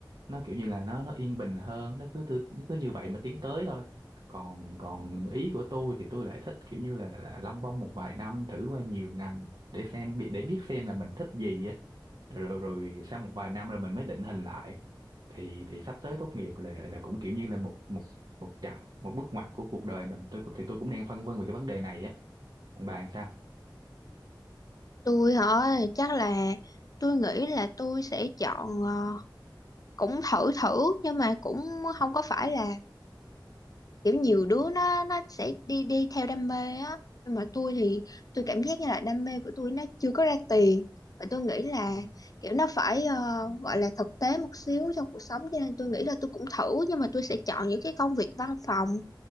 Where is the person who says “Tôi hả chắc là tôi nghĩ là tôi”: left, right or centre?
Left